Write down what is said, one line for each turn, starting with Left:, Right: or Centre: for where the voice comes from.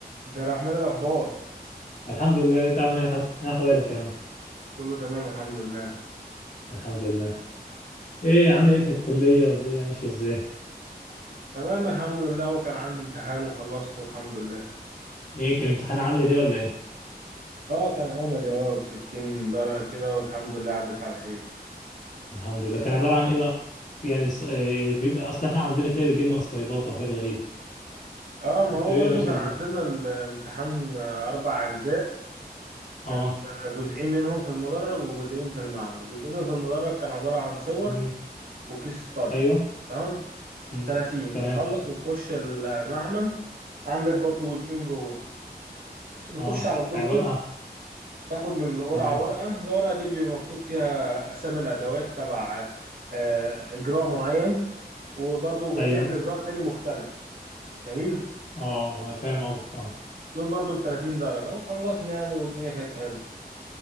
Right: عبد الرحمن الأخبار
Left: الحمد لله إيه، انت عامل ايه يا حسن ايه احوالك يا عم
Right: كله تمام الحمد لله
Left: الحمد لله ايه عامل ايه في الكليه والدنيا ماشيه ازاي
Right: تمام الحمد لله وكان عندي امتحان وخلصته الحمد لله
Left: ايه كان الامتحان عامل ايه ده ولا ايه
Right: اه كان عملي اه بستين درجة كده والحمد لله عدت على خير
Left: الحمد لله كان عباره عن ايه بقى يعني ص- إيه بيبقى اصل احنا عندنا كده بيجي لنا سلايدات وحاجات غريبه
Right: اه ما
Left: انت
Right: هو
Left: بيبقى
Right: برضو
Left: ماشي
Right: كان
Left: ازاي
Right: عندنا الامتحان آه، أربع أجزاء
Left: اه
Right: كان آه، جزئين منهم في المدرج وجزئين في المعمل جزئين في المدرج كان عبارة عن صور
Left: امم
Right: وكيس استادي
Left: ايوه
Right: تمام
Left: امم
Right: 30
Left: تمام
Right: تخلص وتخش المعمل عندك برضو جزئين جوه بتخش
Left: اه
Right: على الدكتور
Left: عباره اه
Right: تاخد من القرعة
Left: تمام
Right: ورقة الورقة دي بيبقى مكتوب فيها أسامي الأدوات تبع آه، إجراء معين وبرضو بتعمل
Left: ايوه
Right: إجراء تاني مختلف جميل
Left: اه آه، فاهم قصدك اه
Right: دول برضو بتلاتين درجة وخلصنا يعني والدنيا كانت حلوة